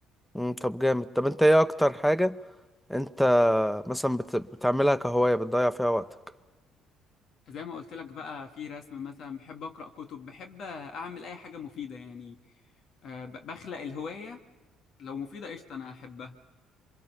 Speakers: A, in the centre; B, on the left.
A: مم. طب جامد طب انت ايه اكتر حاجة انت مثلا بت... بتعملها كهواية بتضيع فيها وقتك
B: زي ما قلت لك بقى في رسم مثلا بحب اقرأ كتب بحب اعمل اي حاجة مفيدة يعني آه، ب- بخلق الهواية لو مفيدة قشطة انا احبها